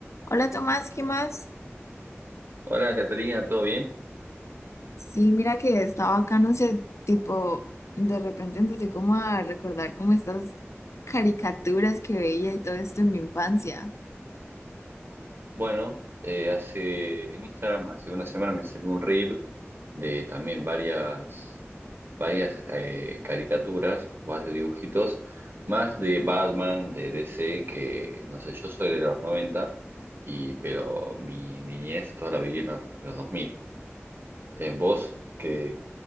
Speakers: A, on the left (about 80°); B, on the right (about 50°).
A: Hola Tomás, ¿qué más?
B: Hola, Catalina, ¿todo bien?
A: Sí, mira que estaba acá, no sé, tipo, de repente empecé como a recordar como estas caricaturas que veía y todo esto en mi infancia.
B: Bueno, eh, hace en Instagram, hace una semana me salió un reel de también varias, varias eh, caricaturas, más de dibujitos, más de Batman, de DC, que no sé, yo soy de los 90 y, pero mi niñez toda la viví en los, los dos mil En vos, que...